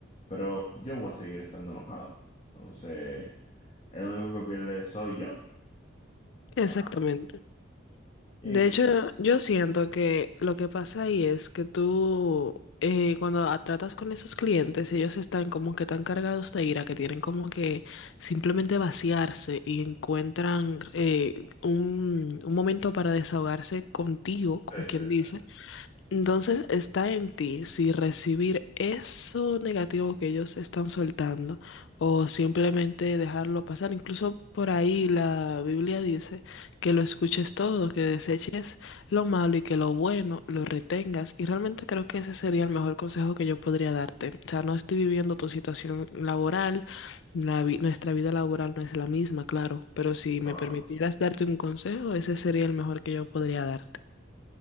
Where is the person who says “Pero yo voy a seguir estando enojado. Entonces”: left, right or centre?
Left